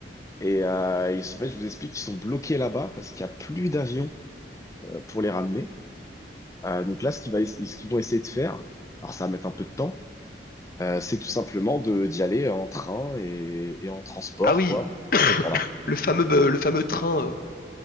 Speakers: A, on the left; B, on the left.
A: Et euh, ils sont, en fait, je vous explique, ils sont bloqués là-bas parce qu'il n'y a plus d'avion euh, pour les ramener. Euh, donc là, ce qu'ils va, ce qu'ils vont essayer de faire, alors ça va mettre un peu de temps, euh, c'est tout simplement de d'y aller en train et, et en transport,
B: Ah oui,
A: quoi. Voilà.
B: le fameux, euh, le fameux train euh,